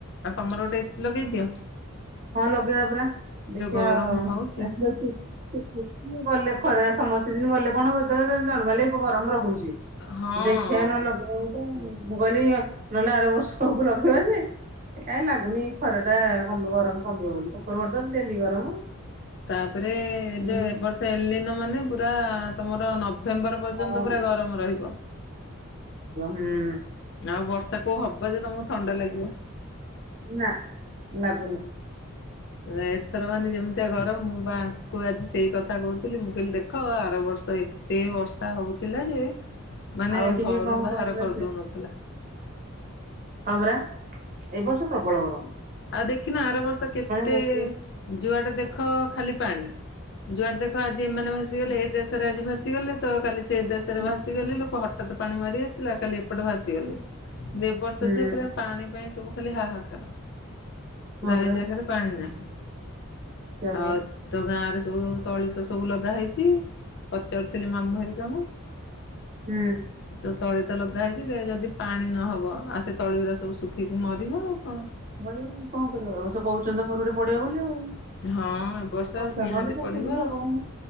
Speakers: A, on the left; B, on the right.
A: ଆଉ ତମର ଗୋଟେ ଏସି ଲଗେଇଦିଅ।
B: ହଁ ଲଗେଇବା ପରା। ଦେଖିବା
A: ଗରମ ହଉଛି।
B: <unintelligible> ମୁଁ ଗଲେ ଖରା ସମର ସିଜନ ଗଲେ କଣ ହବ ଏଇ ତ ଅ ନର୍ମାଲି ଗରମ ରହୁ ଚି।
A: ହଁ
B: ଦେଖିଆ ନହେଲେ ଲଗେଇବା ଗୋଟେ ଆଉ। ମୁଁ କହିଲି ନହେଲେ ଆର ବର୍ଷକୁ ଲଗେଇବା ଯେ କାଇଁ ଲାଗୁନି ଖରାଟା କମି ଗରମ କମିବ ବୋଲି, ଉପରବୁଳି ତ ଡେଲି ଗରମ।
A: ତାପରେ ଏ
B: ହୁଁ
A: ଯୋଉ ଏ ବର୍ଷ ଏଲିନୋ ମାନେ ପୁରା ତମର ନ ନଭେମ୍ବର ପର୍ଯ୍ୟନ୍ତ
B: ହଁ
A: ପୁରା ଗରମ ରହିବ।
B: ହୁଁ
A: ଆ ବର୍ଷା କୋଉ ହବ ଯେ ତମକୁ ଥଣ୍ଡା ଲାଗିବ।
B: ନା ଲାଗୁନି
A: ଏଥର ମାନେ ଯେମିତିଆ ଘ ର, ମୁଁ ବା ଆଙ୍କୁ ଆଜି ସେଇ କଥା କହୁଥିଲି ମୁଁ କହିଲି ଦେଖ, ଆର ବର୍ଷ ଏତେ ବର୍ଷା ହଉଥିଲା ଯେ, ମାନେ
B: ଆଉ ଟିକେ
A: ଘରୁ
B: କଣ
A: ବାହାର
B: କହିଲ
A: କରିଦଉନ
B: ସେ ହଁ ପରା ଏ ବର୍ଷ ପ୍ରବଳ ବ
A: ଆଉ ଦେଖିିନ ଆର ବର୍ଷ କେତେ
B: ମୁଁ ଟିକେ
A: ଯୁଆଡେ ଦେଖ ଦେଖ ଖାଲି ପାଣି। ଯୁଆଡେ ଦେଖ ଆଜି ଏମାନେ ଭାସିଗଲେ ଏ ଦେଶରେ ଆଜି ଭାସିଗଲେ ତ କାଲି ସେ ଦେଶରେ
B: ହୁଁ
A: ଭାସିଗଲେ ଲୋକ, ହଠାତ ପାଣି ମାଡି ଆସିଲା, କାଲି ଏପଟେ ଭାସିଗଲେ ଦେ ବର୍ଷ
B: ହୁଁ
A: ଯେ ପୁରା ପାଣି ପାଇଁ ସବୁ ଖାଲି ହାହାକାର।
B: ହଁ
A: ପ୍ରାୟ
B: ପରା
A: ଜାଗାରେ ପାଣି ନାହିଁ।
B: ସେଇଆ ପରା
A: ଆଉ ତ ଗାଁରେ ସବୁ ତଳି ତ ସବୁ ଲଗା ହେଇଛି, ପଚାରୁଥିଲି ମାମୁଁ ହେରିକାଙ୍କୁ
B: ହୁଁ
A: ତଳି ତ ଲଗା ହେଇଛି, ଯେ ଯଦି ପାଣି ନହବ ଆଉ ସେ ତଳି ଗୁରା ସବୁ ଶୁଖିକି ମରିବ ଆଉ କଣ।
B: ମରିବ ଆଉ କଣ କରିବ? ଏ ବର୍ଷ କହୁଛନ୍ତି ମରୁଡି ପଡିବ ବୋଲି ଆଉ।
A: ହଁ ଏ ବର୍ଷ
B: ବର୍ଷା
A: ନିହାତି
B: ନହେଲେ ଚାଷ
A: ପଡିବ
B: କେମିତି
A: ଆଉ।
B: ହବ କହୁନ?